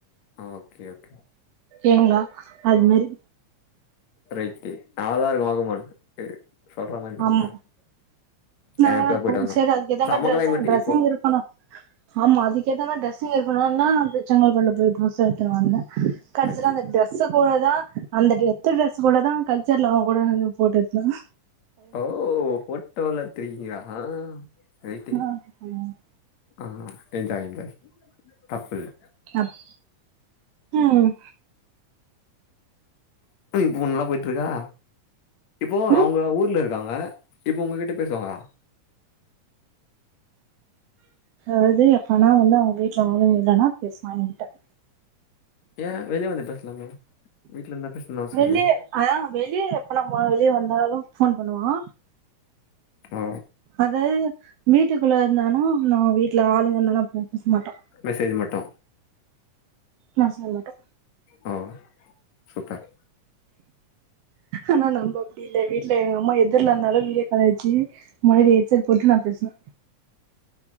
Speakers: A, on the left; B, on the right.
A: ஓகே ஓகே
B: ஏங்கணா அது மாரி
A: ரைட்டு ந <unintelligible> ல்லாதாருக்கு வாகமான் சொல்ற மாரி நல்லாதா
B: ஆமா
A: இருக்கு
B: நல்லா
A: ஆ இப்பதா
B: இருக்கும்
A: போயிட்டு வந்தோ
B: செரி அதுக்கேத்த
A: செம
B: மாரி ட்ரெஸ்ஸிங்
A: கிளைமேட்
B: ட்ரெஸ்ஸிங்
A: இப்போ
B: இருக்கணும் ஆமா அதுக்கேத்த மாரி ட்ரெஸ்ஸிங் இருக்கணும் என்னான்னா போய் செங்கல்பட்டுல போய் ட்ரெஸ்ஸ எடுத்துட்டு வந்தே கடைசில
A: அச்சச்சோ
B: அந்த டிரெஸ்ஸ போடதான் அந்த எத்தன டிரரெஸ்ஸு கூடதா கல்ச்சர்ல பொடவைலயும் போட்டோ எடுத்தானா
A: ஓ போட்டோ எல்லா எடுத்திருக்கீங்களா ரைட்டு
B: நா யுமோ <unintelligible>
A: ஆ என்ஜாய் என்ஜாய் தப்பில்ல
B: அப் ம்ம்
A: இப்பயு போனெல்லா போயிட்டு இருக்கா இப்போவு
B: ம்
A: அவுங்க ஊர்ல இரு இருக்காங்க இப்போ உங்ககிட்ட பேசுவாங்களா
B: அது எப்பனா வந்து அவுங்க வீட்டுல ஆளுங்க இல்லனா பேசுவா எங்கிட்ட
A: ஏ வெளிய வந்து பேசலாமே வீட்ல இருந்தா பேசணுனு அவசிய
B: வெள்ளிய
A: இல்லயே
B: அதா வெளிய எப்பலா போனா வெளிய வந்தாலு ஃபோன் பண்ணுவா
A: ஓ
B: அதாது வீட்டுக்குள்ள இருந்தானா நா வீட்ல ஆளுங்க இருந்தா போ பேச மாட்டோ
A: மெசேஜ் மட்டு
B: நா சொல்லாட்டு
A: ஓ சூப்பர்
B: ஆனா நம்ப அப்டி இந்த வீட்ல எங்கம்மா எதுர்ல இருந்தாலு வீடியோ கால வெச்சு முன்னாடி ஹெட்செட் போட்டு நா பேசுவே